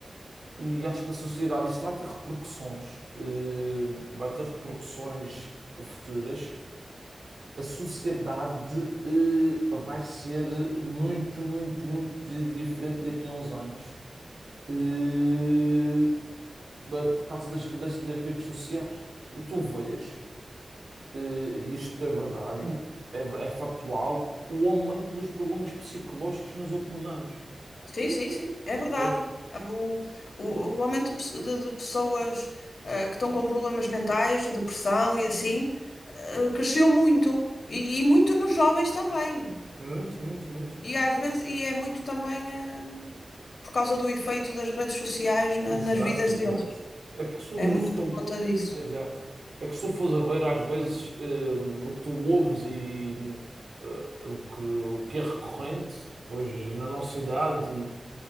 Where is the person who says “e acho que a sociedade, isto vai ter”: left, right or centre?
Right